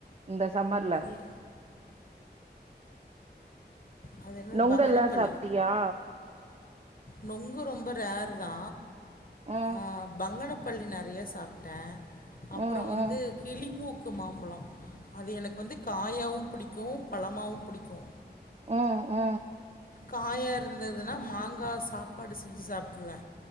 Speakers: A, on the right; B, on the left.
A: இந்த சம்மர்ல
B: ஏ அது என்னது
A: நொங்கெல்லா
B: பங்கனப்பள்ளி
A: சாப்டியா
B: நொங்கு ரொம்ப ரேரு தா
A: ம்
B: அ பங்கன பள்ளி நெறையா சாப்ட்டே அப்பறோ
A: ம்
B: வந்து
A: ம்
B: கிளிமூக் கு மாம்பழோ அது எனக்கு வந்து காயாவு புடிக்கு பழமாவு புடிக்கு
A: உ உ
B: காயா இருந்ததுனா மாங்கா சாப்பாடு செஞ்சு சாப்ட்ருவே